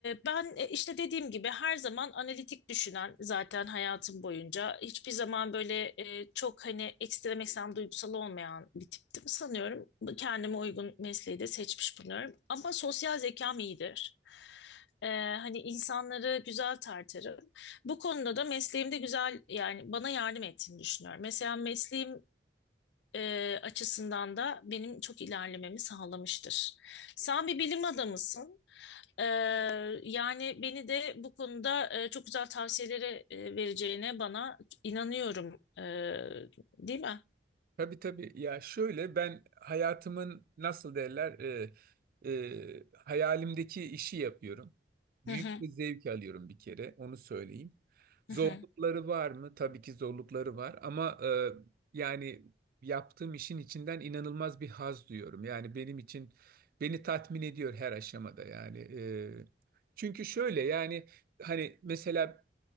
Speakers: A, on the left (about 70°); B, on the right (about 55°).
A: ben e, işte dediğim gibi her zaman analitik düşünen zaten hayatım boyunca. Hiçbir zaman böyle e, çok hani ekstrem ekstrem duygusal olmayan bir tiptim sanıyorum. Kendime uygun mesleği de seçmiş bulunuyorum. Ama sosyal zekam iyidir. Ee, hani insanları güzel tartarım. Bu konuda da mesleğimde güzel yani bana yardım ettiğini düşünüyorum. Mesela mesleğim e, açısından da benim çok ilerlememi sağlamıştır. Sen bir bilim adamısın. Ee, yani beni de bu konuda e, çok güzel tavsiyeleri e, vereceğine bana inanıyorum. Ee, değil mi?
B: Tabii tabii. Ya şöyle ben hayatımın nasıl derler e, e, hayalimdeki işi yapıyorum. Büyük
A: Hı hı,
B: bir zevk alıyorum bir kere onu söyleyeyim. Zorlukları
A: hı hı.
B: var mı? Tabii ki zorlukları var ama e, yani yaptığım işin içinden inanılmaz bir haz duyuyorum. Yani benim için beni tatmin ediyor her aşamada yani. E, çünkü şöyle yani hani mesela